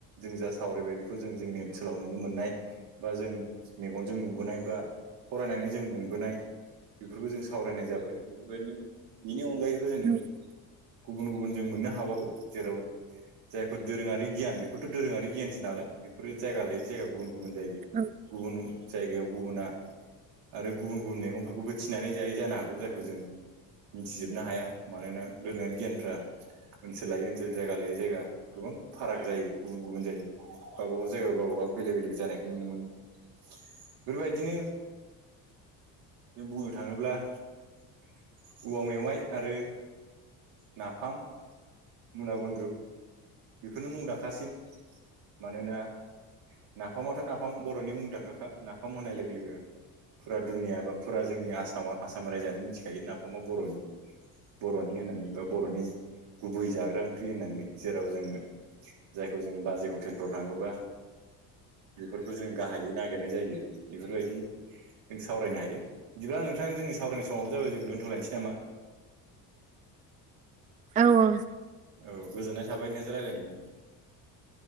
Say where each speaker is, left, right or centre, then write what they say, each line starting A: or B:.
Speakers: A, on the right; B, on the right.
A: जों जा सावरायबाय बेखौ जों जोंनि ओनसोलाव नुनो मोननाय बा जों मेगनजों नु नुबोनाय बा फरायनानै जों मोनबोनाय बेफोरखौ जों सावरायनाय जाबाय। बेफोरबायदिनो बिनि अनगायैबो जों
B: औ
A: गुबुन गुबुन जों मोननो हाबावागौ जेराव जायफोर दोरोङारि गियान बेफोरथ' दोरोङारि गियान सो नालाय बेफोरो जायगा लायै जायगा गुबुन गुबुन जायो
B: औ
A: गुबुन जायगायाव गुबुना आरो गुबुन गुबुन मैगंफोरखौबो थिनानै जायो जानो हागौ जायखौ जों मिथिजोबनो हाया मानोना दोरोङारि गियानफ्रा ओनसोल लायै ओनसोल जायगा लायै जायगा गोबां फाराग जायो गुबुन गुबुन जायो। गावबा गाव जायगायाव गावबा गाव बेलेग बेलेग जानायखौ नुनो मोनो बेफोर बायदिनो जों बुंनो थाङोब्ला औवा मेवाइ आरो नाफाम मुला गुनद्रुग बेफोरनो मुंदांखासिन मानोना नाफामाथ' नाफाम बर'नि मुंदांखाखा नाफाम होननाय लोगो लोगो फुरा दुनिया बा फुरा जोंनि आसामा आसाम रायजोआनो मिथिखायो नाफामा बर'नि बर'नि होननानै बा बर'नि गुबै जाग्रा ओंख्रि होननानै जे- राव जोङो जायखौ जोङो बाजै हटेलफ्राव थाङोबा बेफोरखौ जों गाहायै नागिरनाय जायो बेफोर बायदि जों सावरायनो हायो बिदिब्ला नोंथा जोंनि सावरायनाय समाबो जाबाय जों दोनथ'लायनोसै नामा।
B: औ औ
A: औ गोजोननाय थाबाय नोंथांजों रायलायनानै